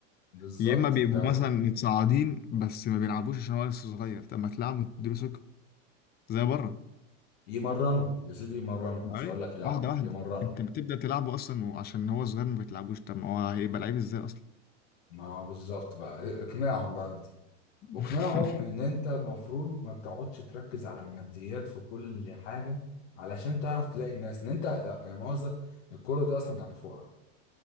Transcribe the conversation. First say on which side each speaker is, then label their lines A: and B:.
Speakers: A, on the left; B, on the left.
A: بالظبط
B: يا إما بيبقوا
A: انت
B: مثلا متصاعدين بس ما بيلعبوش عشان هو لسه صغير طب ما تلعبوا تديله ثقة زي بره
A: يمرنوا يا سيدي يمرنوا
B: معايا
A: مش هقول لك يلعبوا
B: واحدة واحدة
A: يمرنوا
B: انت بتبدأ تلعبه اصلا وعشان هو صغير ما بتلعبوش طب ما هو هيبقى لعيب ازاي اصلا
A: ما هو بالظبط بقى اقنعهم بقى بدي
B: <laughs>
A: واقنعهم ان انت المفروض ما بتقعدش تركز على الماديات في كل حاجه علشان تعرف تلاقي الناس ان انت لا يا مؤاخذه الكوره دي اصلا بتاعت الفقراء